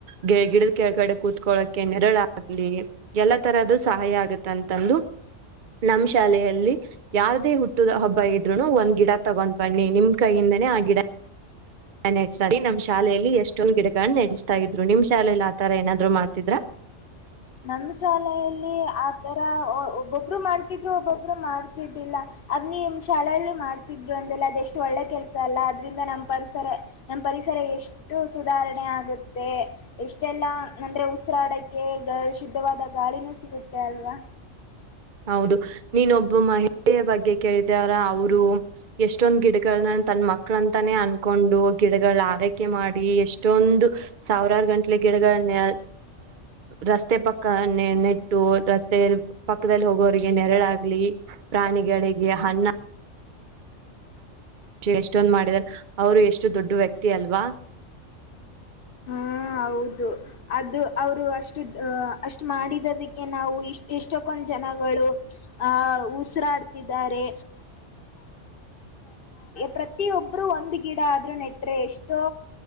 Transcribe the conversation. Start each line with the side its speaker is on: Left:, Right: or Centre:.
Right: ಗ ಗಿಡದ ಕೆಳಗಡೆ ಕೂತ್ಕೊಳಕೆ ನೆರಳಾಗ್ಲಿ ಎಲ್ಲಾ ತರದ ಸಹಾಯ ಆಗುತ್ತೆ ಅಂತಂದು ನಮ್ ಶಾಲೆಯಲ್ಲಿ ಯಾವ್ದೇ ಹುಟ್ಟದ ಹಬ್ಬ ಇದ್ರುನು ಒಂದ್ ಗಿಡ ತಗೊಂಡ್ ಬನ್ನಿ ನಿಮ್ ಕೈಯಿಂದ ೇ ಆಗಿಡ ಹ ಸರಿ ನಮ್ ಶಾಲೆಯಲ್ಲಿ ಎಷ್ಟೊಂದು ಗಿಡಗಳನ್ನ ನಡೆಸ್ತಾ ಇದ್ರು ನಿಮ್ ಶಾಲೆಯಲ್ಲಿ ಆತರ ಏನಾದ್ರು ಮಾಡ್ತಿದ್ರಾ <unintelligible>
Left: ನಮ್ಮ ಶಾಲೆಯಲ್ಲಿ ಆತರ ಒಬ್ಬೊಬ್ರು ಮಾಡ್ತಿದ್ರು ಒಬ್ಬೊಬ್ಬರು ಮಾಡ್ತಿದ್ದಿಲ್ಲ ಅದ್ ನೀಮ್ ಶಾಲೆಯಲ್ಲಿ ಮಾಡ್ತಿದ್ರು ಅಂದಲ್ಲ ಅದೆ ಎಷ್ಟು ಒಳ್ಳೆ ಕೆಲಸ ಅಲ್ಲ ಅದ್ರಿಂದ ನಮ್ಮ್ ಪರಿಸರ ನಮ್ ಪರಿಸ ಪರಿಸರ ಎಷ್ಟು ಸುಧಾರಣೆ ಆಗುತ್ತೆ ಎಷ್ಟೆಲ್ಲಾ ನಂದ್ರೆ ಉಸಿರಾಡಕ್ಕೆ ಗಸ್ ಶುದ್ಧವಾದ ಗಾಳಿನೂ ಸಿಗುತ್ತೆ ಅಲ್ವಾ
Right: ಹೌದು ನೀನ್ೊಬ್ಬ ಮಹಿಳೆಯ ಬಗ್ಗೆ ಕೇಳಿದಾರ ಅವರು ಎಷ್ಟೊಂದ ಗಿಡಗಳನ್ನ ತನ್ನ ಮಕ್ಕಳ ಅಂತಾನೇ ಅನ್ಕೊಂಡು ಗಿಡಗಳ ಆರೈಕೆ ಮಾಡಿ ಎಷ್ಟೊಂದು ಸಾವಿರಾರು ಗಂಟ್ಲೆ ಗಿಡಗಳನ್ನ ರಸ್ತೆ ಪಕ್ಕ ನೆ ನೆಟ್ಟು ರಸ್ತೆ ಪಕ್ಕದಲ್ಲಿ ಹೋಗೋರಿಗೆ ನೆರಳಾಗ್ಲಿ ಪ್ರಾಣಿಗಳಿಗೆ ಹಣ್ಣ ಎಷ್ಟೊಂದು ಮಾಡಿದರೆ ಅವರು ಎಷ್ಟು ದೊಡ್ಡು ವ್ಯಕ್ತಿ ಅಲ್ವಾ <inaudible>
Left: ಹಾ ಹೌದು ಅದು ಅವರು ಅಷ್ಟು ಅಷ್ಟ ಮಾಡಿದದಕ್ಕೆ ನಾವು ಇಷ್ಟ ಇಷ್ಟಕ್ಕೊ ಜನಗಳು ಆ ಉಸಿರಾಡ್ತಿದಾರೆ ಪ್ರತಿಯೊಬ್ರುೂ ಒಂದು್ ಗಿಡ ಆದ್ರೂ ನೆಟ್ರೆ ಎಷ್ಟೋ